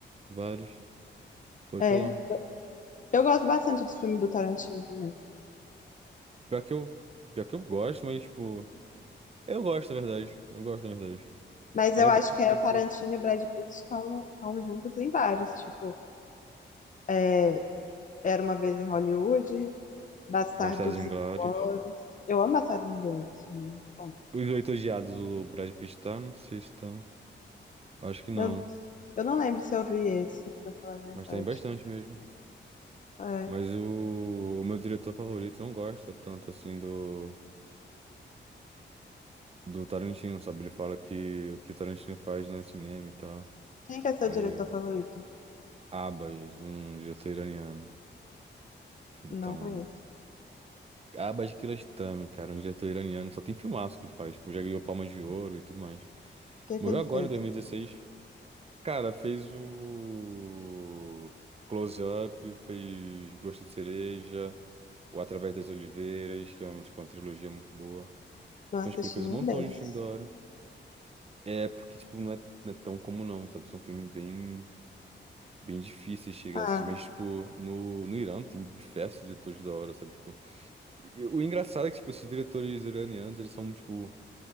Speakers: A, on the right (about 30°); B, on the left (about 40°).
A: vários. Pode
B: é.
A: falar.
B: Eu gosto bastante dos filmes do Tarantino também.
A: Pior que eu, pior que eu gosto, mas, tipo. Eu gosto, na verdade. Eu gosto, na verdade.
B: Mas
A: É
B: eu
A: legal,
B: acho que
A: mas.
B: é o Tarantino e o Brad Pitt estão estão juntos em vários, tipo, é, Era uma vez em Hollywood, Bastardos
A: Bastardos Inglórios.
B: Inglórios. Eu amo Bastardos Inglórios, muito bom.
A: Os Oito Odiados, o Brad Pitt tá? Não sei se tá. Acho que não.
B: Eu, não- eu não lembro se eu vi esse, pra falar a verdade.
A: Mas tá em bastante mesmo.
B: É.
A: Mas o, o meu diretor favorito não gosta tanto assim do, do Tarantino, sabe? Ele fala que o que o Tarantino faz não é cinema e tal.
B: Quem que é seu
A: Aí,
B: diretor
A: é
B: favorito?
A: Abbas, um diretor iraniano. <laughs> Então,
B: Não conheço.
A: Abbas Kiarostami, cara, um diretor iraniano. Só tem filmaço que ele faz. Tipo, já ganhou Palma de Ouro e tudo mais.
B: O que é
A: Morreu
B: que ele
A: agora
B: fez?
A: em 2016. Cara, fez o Close Up, fez Gosto de Cereja, o Através das Oliveiras, que é um, tipo, uma trilogia muito boa.
B: Não
A: Então,
B: assisti
A: tipo, ele fez
B: nenhum
A: um montão
B: deles.
A: de filme da hora. É, porque, tipo, não é, não é tão comum não, sabe? São filmes bem, bem difíceis de chegar
B: Ah,
A: assim. Mas, tipo, no, no Irã tem diversos diretores da hora, sabe? Tipo, e o engraçado é que, tipo, esses diretores iranianos, eles são, tipo,